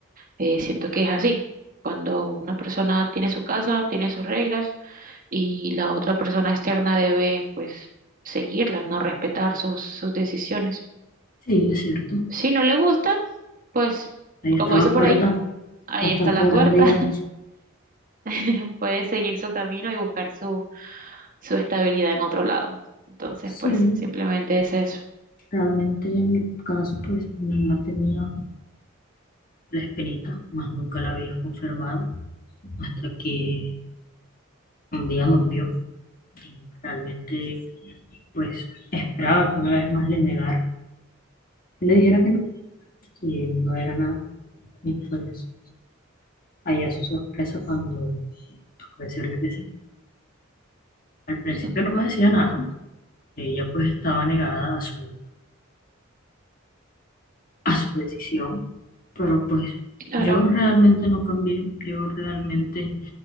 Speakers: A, on the right; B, on the left.
A: eh, siento que es así. Cuando una persona tiene su casa, tiene sus reglas y la otra persona externa debe pues seguirlas, no respetar sus, sus decisiones.
B: Sí, es cierto.
A: Si no le gusta, pues
B: Ahí está
A: como
B: la
A: dice
B: puerta,
A: por ahí, ahí
B: bastante
A: está la
B: grande
A: puerta.
B: y ancha.
A: <laughs> Puede seguir su camino y buscar su, su estabilidad en otro lado. Entonces,
B: Sí,
A: pues simplemente es eso.
B: realmente en mi caso, pues mi mamá tenía la espinita, más nunca la había confirmado hasta que un día nos vio y realmente, pues esperaba que una vez más le negara, que le dijera que no, que no era nada. Y pues, allá su sorpresa cuando tocó decirle que sí. Al principio
A: <laughs>
B: no me decía nada, ella pues estaba negada a su, a su decisión, pero pues
A: Claro,
B: yo realmente no cambié, yo realmente